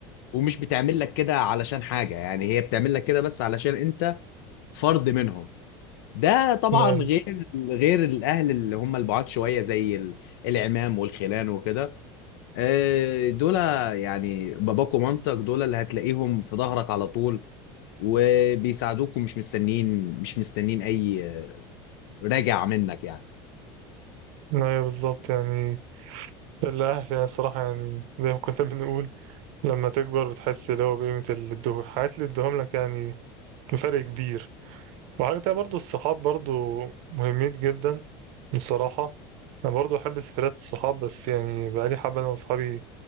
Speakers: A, on the left; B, on the right.
A: ومش بتعمل لك كده علشان حاجة يعني هي بتعمل لك كده بس علشان انت فرد منهم ده طبعا
B: ايوه
A: غير غير الاهل اللي هم البعاد شويه زي ال- العمام والخلان وكده آه، دول يعني باباك ومامتك دول اللي هتلاقيهم في ظهرك على طول وبيساعدوك ومش مستنين مش مستنين اي راجع منك يعني
B: ايوه بالظبط يعني الأهل يعني الصراحة يعني زي ما كنا بنقول لما تكبر بتحس اللي هو بقيمة اللي ادوه الحاجات اللي ادوهم لك يعني بفرق كبير وحاجة تانية برضو الصحاب برضو مهمين جدا بصراحة أنا برضو أحب سفريات الصحاب بس يعني بقالي حبة أنا وصحابي